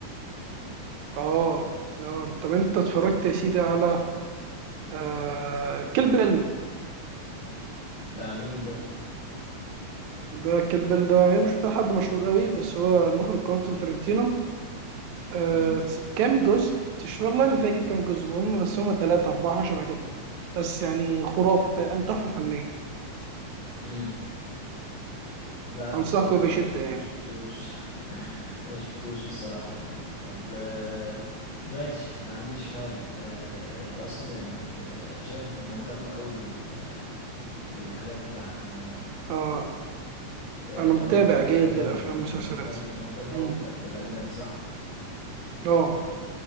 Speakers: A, on the right; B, on the left.
A: اه اه طب انت اتفرجت يا سيدي على أه كيل بيل
B: بتاع مين ده؟
A: ده كيل بيل ده هي مش بتاع حد مشهور قوي بس هو المخرج كوانتوم ترنتينو أه
B: امم
A: س- كام جزء مش والله ما فاكر كام جزء هم بس هم ثلاثة أربعة شبه كده بس يعني خرافة فاهم تحفة فنية
B: امم لا بصراحة
A: أنصحك بشدة
B: ما شف... ما
A: يعني
B: شفتوش <laughs> ما شفتوش الصراحة يعني طب آه، ماشي ما عنديش مانع آه، انت اصلا يعني آه، شايف انك مهتم قوي بال... بالحاجات بتاع آه،
A: اه
B: آه،
A: أنا
B: اللي
A: متابع
B: هو ال- الاجنبي
A: جيد للأفلام
B: مه-
A: والمسلسلات
B: مهتم مهتم
A: مم.
B: قوي في الأ- بالاجنبي صح
A: اه